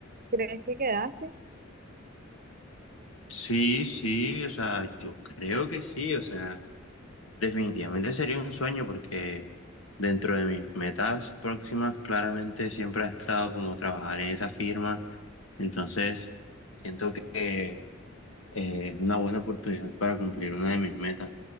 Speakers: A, on the right; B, on the left.
A: ¿crees que quedaste?
B: Sí, sí, o sea, yo creo que sí, o sea, definitivamente sería un sueño porque dentro de mis metas próximas claramente siempre ha estado como trabajar en esa firma Entonces, siento que eh, es una buena oportunidad para cumplir una de mis metas.